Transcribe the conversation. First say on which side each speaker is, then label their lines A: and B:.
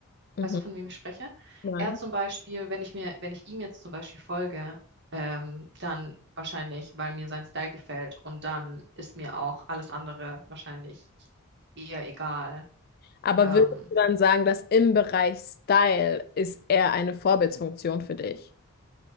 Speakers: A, on the left; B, on the right.
A: mhm.
B: Weißt du, von wem ich spreche?
A: Nein.
B: Er zum Beispiel, wenn ich mir, wenn ich ihm jetzt zum Beispiel folge, ähm, dann wahrscheinlich, weil mir sein Style gefällt und dann ist mir auch alles andere wahrscheinlich eher egal.
A: Aber
B: Ähm,
A: würdest du dann sagen, dass im Bereich Style ist eher eine Vorbildsfunktion für dich?